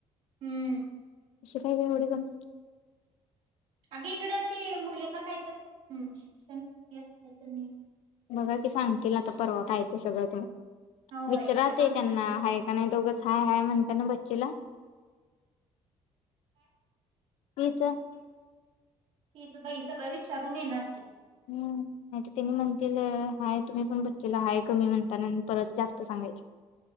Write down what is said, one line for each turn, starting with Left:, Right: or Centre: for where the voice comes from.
Right: हम्म.
Left: अ काही का एवढे काण?
Right: अगे इकडं ते मुलींना काहीतरी शिक्षण काहीत नाही.
Left: बघा की सांगतील
Right: माहित.
Left: आता परवा खयचं सगळं तुम
Right: होय
Left: विचारात
Right: ते सांगतील
Left: त्यांना
Right: की.
Left: आहे का नाही दोघंच ह काय म्हणत ना बच्चेला हेच
Right: ती तर बाई सगळं विचारून येणार की
Left: हम् नाही तर त्यांनी म्हणतील हाय तुम्ही पण बचचेला हाय कमी म्हणता परत जास्त सांगायच